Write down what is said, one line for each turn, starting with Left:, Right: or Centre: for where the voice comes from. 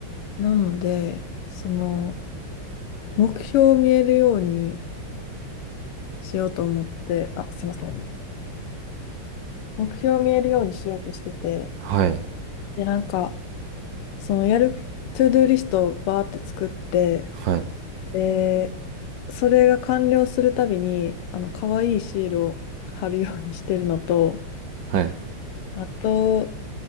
Left: なので、その、目標を見えるようにしようと思って、あ、すいません。目標を見えるようにしようとしてて、
Right: はい、
Left: で、なんか、そのやる、トゥードゥーリストをバーって作って、
Right: はい、
Left: で、それが完了するたびに、あの、可愛いシールを貼るようにしてるのと、
Right: はい、
Left: あと、